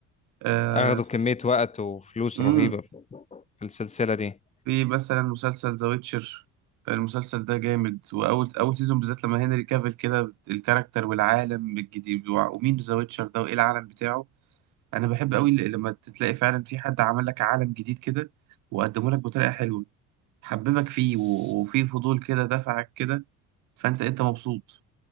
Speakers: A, on the right; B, on the left.
A: آه
B: اخدوا
A: في
B: كمية وقت وفلوس
A: مم.
B: رهيبة في في السلسلة دي
A: في مثلا مسلسل ذا ويتشر المسلسل ده جامد واول اول سيزون بالذات لما هنري كافيل كده الكاركتر والعالم الجديد وع- ومين ذا ويتشر ده وايه العالم بتاعه انا بحب قوي ل- لما تلاقي فعلا في حد عمل لك عالم جديد كده وقدمه لك بطريقه حلوه حببك فيه
B: الص-
A: و- وفي فضول كده دفعك كده فانت انت مبسوط